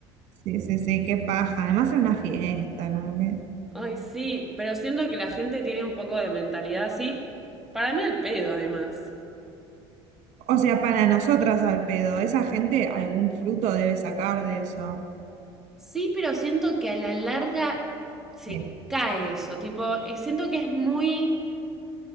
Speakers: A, on the right; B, in the centre.
A: sí, sí, sí, qué paja. Además en una fiesta, como que.
B: Ay, sí, pero siento que la gente tiene un poco de mentalidad así. Para mí al pedo, además.
A: O sea, para nosotras al pedo, esa gente algún fruto debe sacar de eso.
B: Sí, pero siento que a la larga se
A: Sí.
B: cae eso, tipo, eh, siento que es muy...